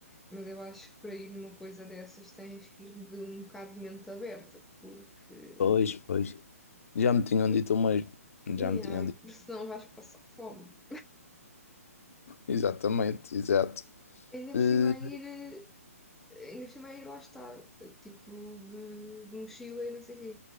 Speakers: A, in the centre; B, on the left.
A: Mas eu acho que para ir numa coisa dessas tens que ir de um bocado de mente aberta, porque,
B: Pois, pois. Já me tinham
A: porque
B: dito o mesmo. Já
A: yeah,
B: me tinham dito.
A: senão vais passar fome.
B: Exatamente, exato.
A: Ainda
B: Eh,
A: por cima a ir eh, Ainda por cima aí lá está, tipo de, de mochila e não sei o quê.